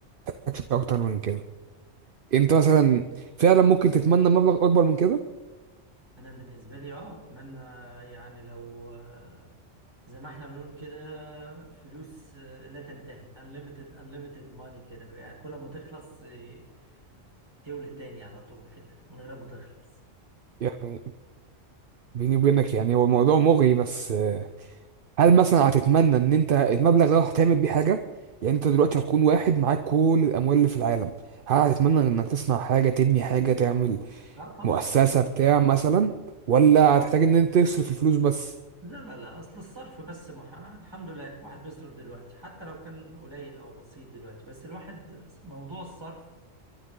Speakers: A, on the right; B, on the right.
A: نحتاجش اكتر من كده انت مثلا فعلا ممكن تتمنى مبلغ اكبر من كده
B: انا بالنسبه لي اه اتمنى يعني لو آه، زي ما احنا بنقول كده فلوس آه، لا تنتهي unlimited unlimited money كده يعني كل ما تخلص آه، تولد تاني على طول كده من غير ما تخلص
A: يعني بيني وبينك يعني هو الموضوع مغري بس آه، هل مثلا هتتمنى ان انت المبلغ ده هتعمل بيه حاجة يعني انت دلوقتي هتكون واحد معاك كل الاموال اللي في العالم هل هتتمنى انك تصنع حاجة تبني حاجة تعمل
B: اه طبعا
A: مؤسسة
B: كتير.
A: بتاع مثلا ولا هتحتاج ان انت تصرف الفلوس بس
B: لا لا لا اصل الصرف بس مح... الحمد لله الواحد بيصرف دلوقتي حتى لو كان قليل او بسيط دلوقتي بس الواحد موضوع الصرف